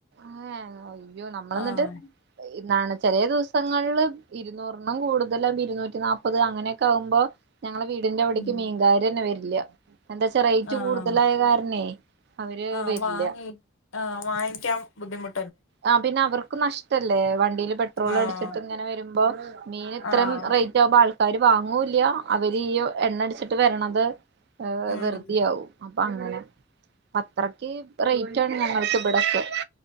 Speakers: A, on the right (about 55°); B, on the left (about 85°).
A: ങേ അയ്യോ നമ്മള്ന്ന്ട്ട്
B: ആഹ്
A: ഇന്നാണ് ചെലേ ദിവസങ്ങള്ല് ഇരുന്നൂറ്ണ്ണും കൂടുതലാ ഇരുന്നൂറ്റി നാപത് അങ്ങനെയൊക്കെ ആവുമ്പോ ഞങ്ങളെ വീടിന്റെ അവിടേക്ക്
B: ഉം
A: മീൻക്കാരന്നെ വരില്ല എന്താച്ചാ റൈയിറ്റ്
B: ആഹ്
A: കൂടുതലായ കാരണേ അവര്
B: ആഹ്
A: വരില്ല
B: വാങ്ങി ആഹ് വാങ്ങിക്കാം ബുദ്ധിമു
A: ആഹ് പിന്നെ അവർ ക്കും നഷ് ടല്ലേ വണ്ടീല് പെട്രോളടിച്ചിട്ട്
B: ആഹ്
A: ഇങ്ങനെ വരുമ്പോ മീൻ ഇത്രെം
B: ആഹ്
A: റേറ്റ് ആവുമ്പൊ ആൾക്കാരും വാങ്ങൂല്ല അവര് ഈയു എണ്ണ അട്ച്ചിട്ട് വരണത്
B: ഉം
A: വെറ്തിയാവും. അപ്പ അങ്ങനെ. അപ്പത്രക്ക് റേറ്റ് ആണ് ഞങ്ങൾക്ക് ഇബെട്യൊക്കെ.